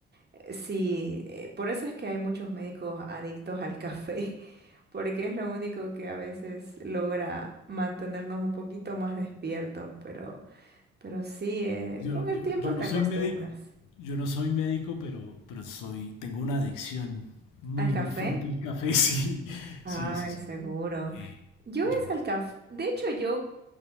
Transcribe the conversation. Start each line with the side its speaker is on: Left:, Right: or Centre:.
Right: eh, sí, eh, por eso es que hay muchos médicos adictos al café, <laughs> porque es lo único que a veces logra mantenernos un poquito más despiertos, pero... Pero sí, eh,
Left: Yo,
Right: con
Left: yo,
Right: el tiempo
Left: yo no
Right: te acostumbras.
Left: soy médico, yo no soy médico, pero, pero soy, tengo una adicción muy,
Right: ¿Al café?
Left: muy fuerte al café, <laughs> sí,
Right: Ay,
Left: sí, sí, sí.
Right: seguro.
Left: Eh,
Right: Yo
Left: yo,
Right: es al café. De hecho, yo